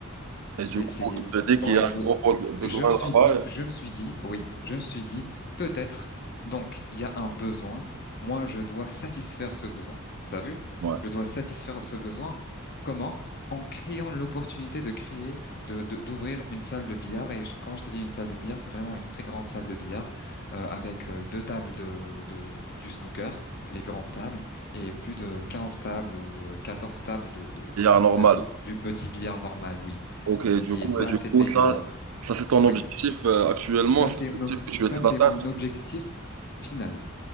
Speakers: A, on the right; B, on the left.
A: Et du
B: C'est,
A: coup,
B: c'est,
A: il
B: c'est-
A: te dit qu'il
B: ouais,
A: y a un gros beso- besoin
B: je me suis
A: là-bas.
B: dit,
A: et-
B: je me suis dit, oui, je me suis dit, peut-être. Donc, il y a un besoin. Moi, je dois satisfaire ce besoin. T'as vu?
A: Ouais.
B: Je dois satisfaire ce besoin. Comment? En créant l'opportunité de créer, de, de- d'ouvrir une salle de billard. Et je- quand je te dis une salle de billard, c'est vraiment une très grande salle de billard euh, avec euh, deux tables de, de- de- du snooker, les grandes tables, et plus de 15 tables ou euh, 14 tables de, de,
A: Il y a un normal.
B: de- de- du petit billard normal, oui.
A: Ok, du
B: Et
A: coup,
B: ça,
A: et du
B: c'était...
A: coup, ça,
B: euh,
A: ça c'est ton
B: oui.
A: objectif euh, actuellement,
B: Ça,
A: c'est
B: c'est mon,
A: l'objectif
B: ob-
A: que tu
B: ça,
A: essaies d'atteindre.
B: c'est mon objectif final.